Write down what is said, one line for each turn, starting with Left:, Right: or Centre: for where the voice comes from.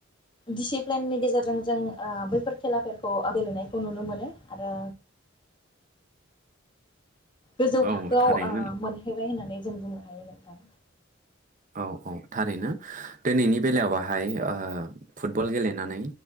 Left: दिसिप्लिननि गेजेरजों जों आ बैफोर खेलाफोरखौ गेलेनायखौ नुनो मोनो आरो गोजौ
Right: औ
Left: थाखोआव
Right: थारैनो
Left: आ मोनहै बाय होननानै जों बुंनो हायो नोंथां
Right: औ औ थारैनो दिनैनि बेलायावाहाय ओ फुटबल गेलेनानै